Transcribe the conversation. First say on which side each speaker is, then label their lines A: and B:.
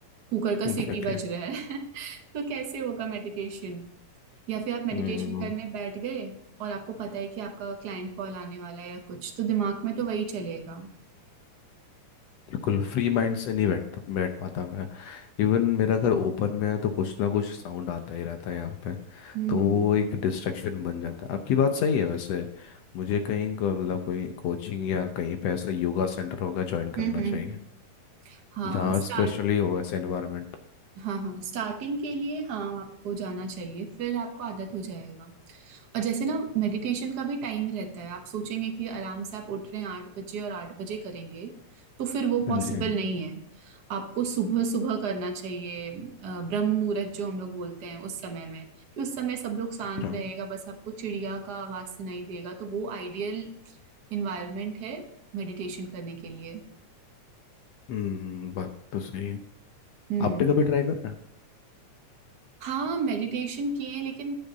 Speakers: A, on the right; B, on the left.
A: कुकर का सीटी
B: एग्जैक्टली
A: बज रहा है <laughs> तो कैसे होगा मेडिटेशन या फिर आप मेडिटेशन
B: हम्म
A: करने बैठ गए और आपको पता है कि आपका क्लाइंट कॉल आने वाला है या कुछ तो दिमाग में तो वही चलेगा
B: बिल्कुल फ्री माइंड से नहीं बैठ बैठ पाता मैं इवन मेरा घर ओपन में है तो कुछ ना कुछ साउंड आता ही रहता है यहाँ पे
A: हम्म
B: तो वो एक डिस्ट्रैक्शन बन जाता है आपकी बात सही है वैसे मुझे कहीं को- मतलब कोई कोचिंग या कहीं पे ऐसा योगा सेंटर होगा ज्वाइन
A: हम्म
B: करना
A: हम्म।
B: चाहिए
A: हाँ
B: जहाँ
A: स्टार्ट
B: स्पेशली हो ऐसा एनवायरनमेंट
A: हाँ हाँ स्टार्टिंग के लिए हाँ आपको जाना चाहिए फिर आपको आदत हो जाएगा और जैसे ना मेडिटेशन का भी टाइम रहता है आप सोचेंगे कि आराम से आप उठ रहे हैं आठ बजे और आठ बजे करेंगे तो फिर वो पॉसिबल
B: जी
A: नहीं है आपको सुबह सुबह करना चाहिए अ, ब्रह्म मुहूर्त जो हम लोग बोलते हैं उस समय में कि उस समय सब लोग शांत
B: अच्छा
A: रहेगा बस आपको चिड़िया का आवाज सुनाई देगा तो वो आइडियल इन्वायरमेंट है मेडिटेशन करने के लिए
B: हम्म बात तो सही है
A: हम्म
B: आपने कभी ट्राई करा है?
A: हाँ मेडिटेशन किए हैं लेकिन